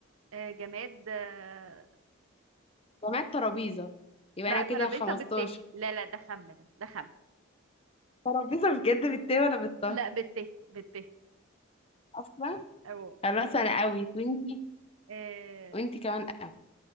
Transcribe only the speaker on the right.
آه، جماد آه،
لا
ترابيزة
بالت لا لا ده خم ده ده خم
لا بالت بالت
أو
آه